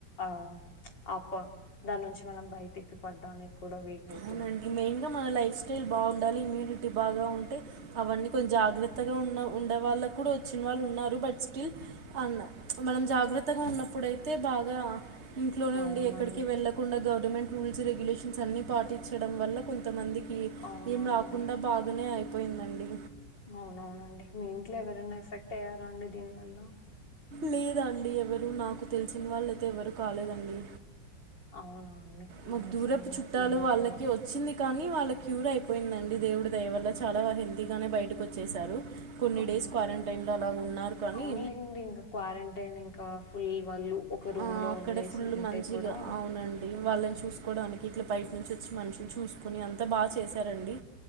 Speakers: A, on the left (about 65°); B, on the right (about 35°).
A: ఆ అప్ ప దాని నుంచి మనం బయటికి పడ్డానికి కూడా విల అవు
B: అవునండి మెయిన్గా మన లైఫ్ స్టైల్ బాగుండాలి ఇమ్యూనిటీ బాగా ఉంటే అవన్నీ కొం జాగ్రత్తగా ఉన్న ఉండే వాళ్ళకు కూడా వచ్చిన వాళ్ళు ఉన్నారు బట్ స్టిల్ అన్నా మనం జాగ్రత్తగా ఉన్నప్పుడుయితే బాగా ఇంట్లోనే
A: అవునండి
B: ఉండి ఎక్కడికి వెళ్ళకుండా గవర్నమెంట్ రూల్స్ రెగ్యులేషన్స్ అన్ని పాటిచ్చడం వల్ల కొంతమంది ఇ
A: అవునండి
B: ఏం రాకుండా బాగానే అయిపోయిందండి
A: అవున అవునండి మీ ఇంట్లో ఎవరైనా ఎఫెక్ట్ అయ్యారా అండి దీని వల్ల
B: లేదాండి ఎవరు నాకు తెలిసిన వాళ్ళైతే ఎవరు కాలేదండి
A: అవునా అండి
B: మాకు
A: నైస్
B: దూరపు
A: అండి
B: చుట్టాలు
A: మేల్
B: వాళ్ళకి
A: కదా
B: వచ్చింది కానీ వాళ్ళ క్యూర అయిపో పోయిందండి దేవుడు దయవల్ల చాలా హెల్తీగానే బయటకు వచ్చేశారు కొన్ని
A: అవును
B: డేస్ క్వారంటైన్లో అలాగ ఉన్నారు కానీ
A: అవునులేండి ఇంకా క్వారంటైన్ ఇంకా ఫుల్ వాళ్ళు ఒక రూమ్
B: ఆ,
A: లో
B: అక్కడే
A: ఉండేసి
B: ఫుల్
A: ఉంటే
B: మంచిగా
A: కూడా
B: అవునండి వాళ్ళని చూసుకోడానికి ఇట్లా బయట నుంచి వచ్చి మనుషులు చూసుకోని అంతా బాగా చేశారండి